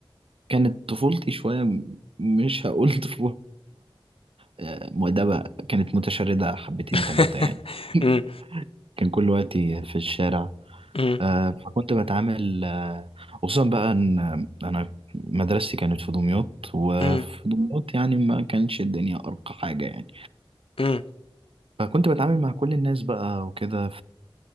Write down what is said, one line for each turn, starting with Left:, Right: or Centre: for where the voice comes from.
Right: كانت طفولتي شوية م- مش هقول <laughs> طفولة آه، مؤدبة كانت متشردة حبتين
Left: <laughs>
Right: تلاتة يعني <laughs>
Left: مم،
Right: كان كل وقتي في الشارع
Left: مم،
Right: آه، فكنت بتعامل آه، خصوصا بقى ان انا مدرستي كانت في دمياط وفي
Left: مم،
Right: دمياط يعني ما كانش الدنيا ارقى حاجة يعني
Left: مم.
Right: فكنت بتعامل مع كل الناس بقى وكده